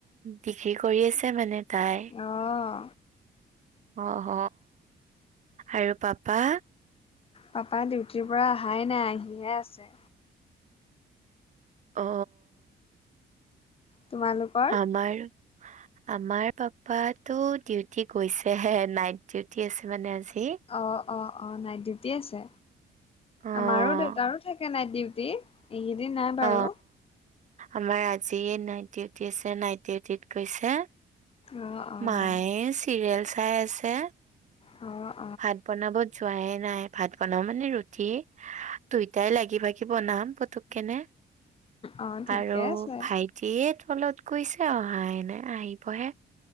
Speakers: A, on the right (about 45°); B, on the left (about 30°).
A: ডিগ্ৰী কৰি আছে মানে তাই
B: অঁ
A: অহ আৰু পাপা
B: পাপা ডিউটিৰ পৰা অহাই নাই আহিহে আছে
A: অ
B: তোমালোকৰ?
A: আমাৰ আমাৰ পাপাতটো ডিউটি গৈছেহে নাইট ডিউটি আছে মানে আজি
B: অ অ অ নাইট ডিউটি আছে
A: অ',
B: আমাৰো দেউতাৰো থাকে নাইট ডিউটি এইকেইদিন নাই বাৰু
A: অ আমাৰ আজি নাইট ডিউটি আছে নাইট ডিউটিত গৈছে।
B: অ', অ'।
A: মায়ে চিৰিয়েল চাই আছে।
B: অঁ
A: ভাত বনাব যোৱাই নাই ভাত বনাও মানে ৰুটি দুইটাই লাগি ভাগি বনাম পতুকণেকেনে
B: অ', ঠিকে
A: আৰু
B: আছে
A: ভাইটি দিয়ে তলত গৈছে অহা নাই আহিবহে